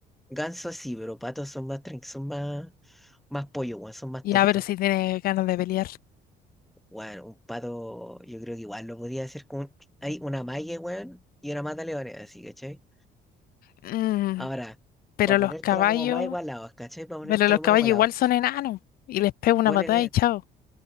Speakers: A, in the centre; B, on the left (about 60°).
A: Gansos sí, pero patos son más tran- son más, más pollo, weón, son más
B: Ya,
A: tontos.
B: pero si tiene ganas de pelear.
A: Weón, un pato, yo creo que igual lo podía hacer con un- hay una malla, weón, y una mata leones, así, ¿cachai?
B: Mm,
A: Ahora,
B: Pero
A: para ponértela
B: los caballos,
A: como más igualado, ¿cachai? Para ponértelo
B: pero los caballos
A: más igualado.
B: igual son enanos. Y les pego una
A: Ponele,
B: patada y chao.